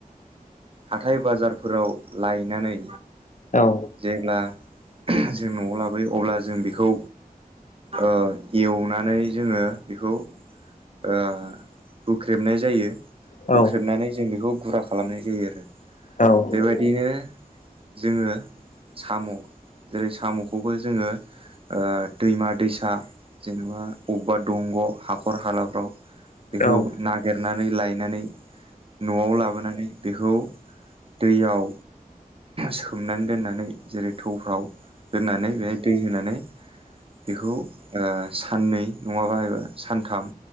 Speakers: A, on the right (about 40°); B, on the left (about 55°).
A: हाथाय बाजारफोराव लायनानै
B: औ
A: जेब्ला जों न'आव लाबोयो अब्ला जों बेखौ ओ एवनानै जोङो बेखौ ओ हुख्रेबनाय जायो
B: औ
A: हुख्रेबनानै जों बेखौ गुरा खालामनाय जायो आरो
B: औ
A: बेबायदिनो जोङो साम' जेरै साम'खौबो जोङो ओ दैमा दैसा जेनेबा अबबा दंग' हाखर हालाफ्राव बेखौ
B: औ
A: नागिर नानै लायनानै न'आव लाबोनानै बेखौ दैयाव सोमनानै दोननानै जेरै थौफ्राव दोननानै बेहाय दै होनानै बेखौ ओ साननै नङाबाब सानथाम